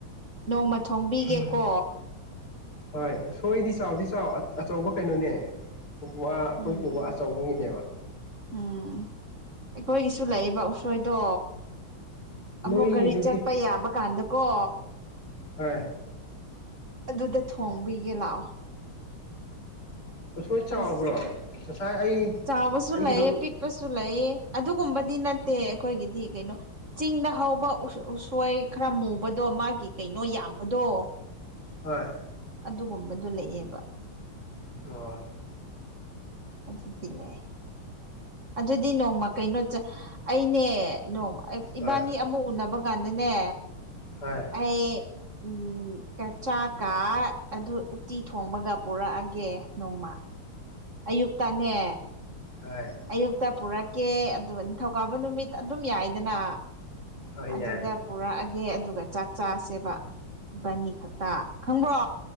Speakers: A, on the right; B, on the left.
A: ꯅꯣꯡꯃ ꯊꯣꯡꯕꯤꯒꯦꯀꯣ
B: ꯎꯝ ꯍꯣꯏ ꯁꯣꯏꯗꯤ ꯆꯥꯎꯗꯤ ꯆꯥꯎ ꯑ ꯑꯆꯧꯕ ꯀꯩꯅꯣꯅꯦ ꯋꯥ ꯑꯈꯣꯏꯒꯤ
A: ꯎꯝ
B: ꯋꯥ ꯑꯆꯧꯕꯒꯤꯅꯦꯕ
A: ꯎꯝ ꯑꯩꯈꯣꯏꯒꯤꯁꯨ ꯂꯩꯌꯦꯕ ꯎꯁꯣꯏꯗꯣ
B: ꯅꯣꯏꯒꯤꯗꯨꯗꯤ
A: ꯑꯃꯨꯛ ꯒꯥꯔꯤ ꯆꯠꯄ ꯌꯥꯕ ꯀꯥꯟꯗꯀꯣ
B: ꯍꯣꯏ
A: ꯑꯗꯨꯗ ꯊꯣꯡꯕꯤꯒꯦ ꯂꯥꯛꯑꯣ
B: ꯎꯁꯣꯏ ꯆꯥꯎꯕ꯭ꯔꯣ
A: <unintelligible>
B: ꯉꯁꯥꯏ ꯑꯩ
A: ꯆꯥꯎꯕꯁꯨ
B: ꯑꯩꯒꯤꯗꯣ
A: ꯂꯩꯌꯦ ꯄꯤꯛ ꯄꯁꯨ ꯂꯩꯌꯦ ꯑꯗꯨꯒꯨꯝꯕꯗꯤ ꯅꯠꯇꯦ ꯑꯩꯈꯣꯏꯒꯤꯗꯤ ꯒꯩꯅꯣ ꯆꯤꯡꯗ ꯍꯧꯕ ꯎꯁꯣ ꯎꯁꯣꯏ ꯈꯔ ꯃꯨꯕꯗꯣ ꯃꯥꯒꯤ ꯀꯩꯅꯣ ꯌꯥꯝꯕꯗꯣ
B: ꯍꯣꯏ
A: ꯑꯗꯨꯒꯨꯝꯕꯗꯨ ꯂꯩꯌꯦꯕ
B: ꯂꯣꯢꯔꯦ
A: ꯑꯗꯨꯗꯤ ꯂꯩ ꯑꯗꯨꯗꯤ ꯅꯣꯡꯃ ꯀꯩꯅꯣ ꯆꯠ ꯑꯩꯅꯦ ꯅꯣꯝ ꯑꯞ
B: ꯍꯣꯏ
A: ꯏꯕꯥꯟꯅꯤ ꯑꯃꯨꯛ ꯎꯟꯅꯕ ꯀꯥꯟꯗꯅꯦ
B: ꯍꯣꯏ
A: ꯑꯩ ꯎꯝ <unintelligible> ꯆꯥꯛꯀꯥ ꯑꯗꯨ ꯎꯇꯤ ꯊꯣꯡꯕꯒ ꯄꯨꯔꯛꯑꯒꯦ ꯅꯣꯡꯃ ꯑꯌꯨꯛꯇꯥꯅꯦ
B: ꯍꯣꯏ
A: ꯑꯌꯨꯛꯇ ꯄꯨꯔꯛꯀꯦ ꯑꯗꯨꯒ ꯅꯤꯡꯊꯧꯀꯥꯕ ꯅꯨꯃꯤꯛ ꯑꯗꯨꯝ ꯌꯥꯏꯌꯦꯗꯅꯥ
B: ꯍꯣꯏ
A: ꯑꯗꯨꯗ
B: ꯌꯥꯏ
A: ꯄꯨꯔꯛꯑꯒꯦ ꯑꯗꯨꯒ ꯆꯥꯛ ꯆꯥꯁꯦꯕ ꯏꯕꯥꯟꯅꯤ ꯈꯛꯇ ꯈꯪꯕ꯭ꯔꯣ